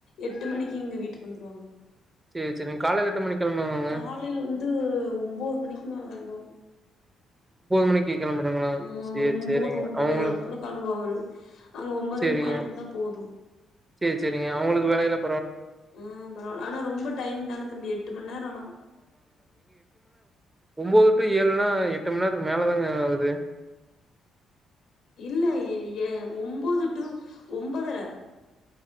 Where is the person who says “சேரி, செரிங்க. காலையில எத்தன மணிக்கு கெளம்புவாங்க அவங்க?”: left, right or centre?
Right